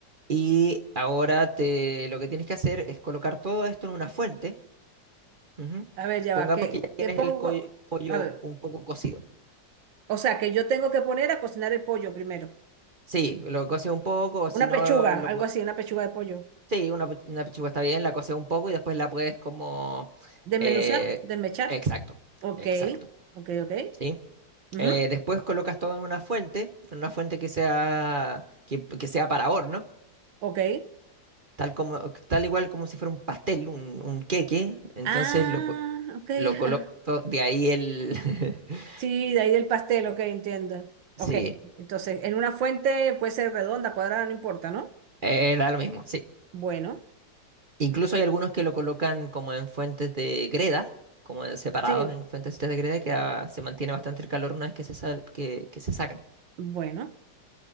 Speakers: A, on the right (about 35°); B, on the right (about 85°).
A: Y ahora te, lo que tienes que hacer es colocar todo esto en una fuente. Ujú.
B: A ver, ya
A: Pongamos
B: va, ¿qué,
A: que ya tienes
B: qué pongo?
A: el co- pollo
B: A ver,
A: un poco cocido.
B: o sea, que yo tengo que poner a cocinar el pollo primero.
A: Sí, lo coces un poco, o si
B: Una
A: no,
B: pechuga,
A: lo,
B: algo
A: pu-
B: así, una pechuga de pollo.
A: sí, una, pe- una pechuga está bien, la coces un poco y después la puedes como...
B: Desmenuzar,
A: eh,
B: desmechar.
A: exacto,
B: Ok,
A: exacto.
B: ok, ok.
A: ¿sí?
B: Ujú,
A: Eh, después colocas todo en una fuente, en una fuente que sea, que, que sea para horno,
B: Ok.
A: tal como, tal igual como si fuera un pastel, un, un queque. Entonces
B: Ah,
A: lo, co-
B: ok. <laughs>
A: lo colocas todo- de ahí el... <laughs>
B: Sí, de ahí del pastel, ok, entiendo. Ok,
A: Sí,
B: entonces, en una fuente puede ser redonda, cuadrada, no importa, ¿no?
A: eh, da lo mismo, sí.
B: Bueno,
A: Incluso hay algunos que lo colocan como en fuentes de greda, como separados
B: sí,
A: en fuentes de greda, que ah, se mantiene bastante el calor una vez que se, sal- que, que se sacan.
B: bueno.